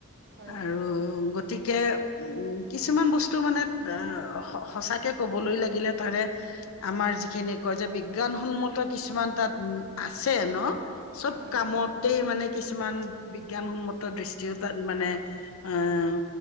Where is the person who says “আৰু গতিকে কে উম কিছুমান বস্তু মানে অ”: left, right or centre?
Left